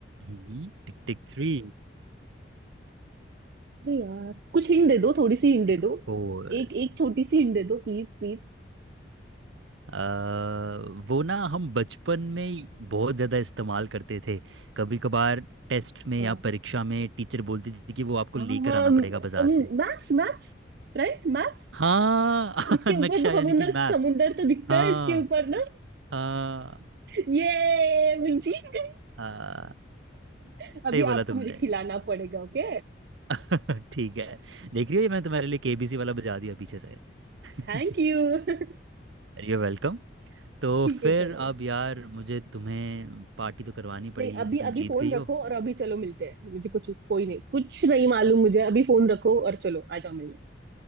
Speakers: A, on the right; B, on the right.
A: हम्म, Tick tick three
B: अरे यार कुछ हिंट दे दो थोड़ी सी
A: Tick
B: हिंट दे
A: tick
B: दो
A: four
B: एक एक छोटी सी हिंट दे दो प्लीज प्लीज
A: अ, वो ना हम बचपन में बहुत ज़्यादा इस्तेमाल करते थे कभी कभार टेस्ट में
B: हाँ
A: या परीक्षा में टीचर बोलती थी कि वो आपको
B: हाँ
A: लेकर
B: हाँ
A: आना
B: मैप्स
A: पड़ेगा बाजार से
B: मैप्स Right maps
A: हाँ <laughs>
B: उसके
A: नक्शा
B: ऊपर तो समुंदर
A: यानी कि मैप्स
B: समुंदर तो दिखता
A: हाँ
B: है इसके ऊपर ना
A: हाँ
B: ये मैं जीत
A: हाँ
B: गई। अभी
A: सही बोला
B: आपको
A: तुमने
B: मुझे खिलाना पड़ेगा ओके
A: <laughs> ठीक है देख रही हो ये मैंने तुम्हारे लिए केबीसी वाला बजा दिया पीछे से <laughs>
B: थैंक यू हम्म,
A: You welcome तो
B: ठीक है
A: फिर
B: चलो
A: अब यार मुझे तुम्हें पार्टी तो करवानी
B: नहीं
A: पड़ेगी क्योंकि
B: अभी
A: तुम
B: अभी
A: जीत
B: फोन
A: गई
B: रखो
A: हो
B: और अभी चलो मिलते हैं मुझे कुछ कोई नहीं कुछ नहीं मालूम मुझे अभी फोन रखो और चलो आ जाओ मिलने